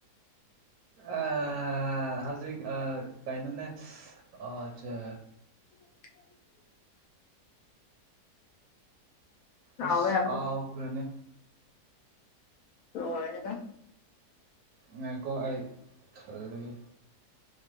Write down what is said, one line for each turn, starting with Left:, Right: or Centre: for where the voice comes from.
Right: ꯑꯥ ꯍꯧꯖꯤꯛ ꯑꯥ ꯀꯩꯅꯣ ꯅꯦ ꯑꯥ ꯖ
Left: <inaudible> ꯍꯥꯎꯋꯦ
Right: ꯑꯁ
Left: ꯑꯃꯨꯛ
Right: ꯀꯥꯎꯈ꯭ꯔꯅꯦ
Left: ꯂ‌ꯣꯏꯔ‌ꯦꯗ
Right: ꯉꯥꯏꯈ‌ꯣ ꯑꯩ ꯈꯜꯂꯤꯒ‌ꯦ